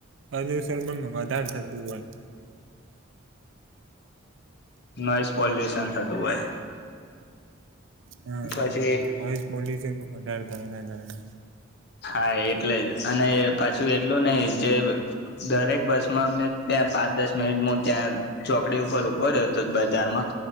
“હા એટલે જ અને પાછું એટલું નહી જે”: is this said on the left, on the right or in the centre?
Left